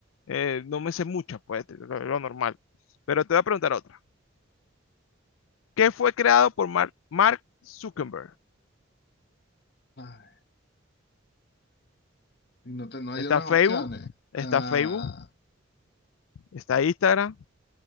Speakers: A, on the left; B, on the left.
A: eh, no me sé muchas, pues, de lo lo normal. Pero te voy a preguntar otra. que fue creado por Mark, Mark Zuckerberg.
B: Ay, no, te, no hay
A: Está
B: unas
A: Facebook,
B: opciones.
A: está
B: Ah,
A: Facebook, está Instagram,